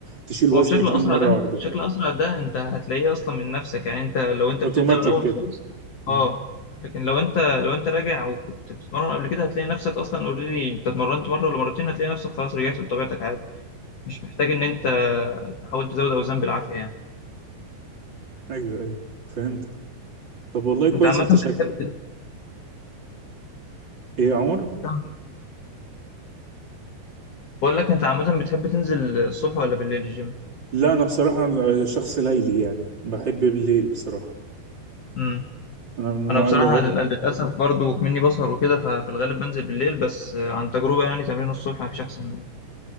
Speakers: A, on the right; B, on the left.
A: تشيل وزن
B: هو بشكل
A: تقيل
B: اسرع
A: مرة
B: ده
A: واحدة
B: بشكل اسرع ده انت هتلاقيه اصلا من نفسك يعني انت لو انت
A: اوتوماتيك
B: بتبدا من الاول
A: كده
B: خالص
A: مم.
B: اه لكن لو انت لو انت راجع وكنت بتتمرن قبل كده هتلاقي نفسك اصلا اوريدي انت اتمرنت مره ولا مرتين هتلاقي نفسك خلاص رجعت لطبيعتك عادي مش محتاج ان انت تحاول تزود اوزان بالعافيه يعني
A: ايوه ايوه فهمتك طب والله كويس
B: انت عامه
A: انت
B: بتحب
A: شك ايه يا عمر
B: تكمل بقول لك انت عامه بتحب تنزل الصبح ولا بالليل الجيم
A: لا انا بصراحة آه، شخص ليلي يعني بحب بالليل بصراحة
B: امم
A: انا من النوع
B: انا بصراحه
A: اللي هو
B: لل- للاسف برضو مني بسهر وكده ففي الغالب بنزل بالليل بس عن تجربه يعني تمرين الصبح مفيش احسن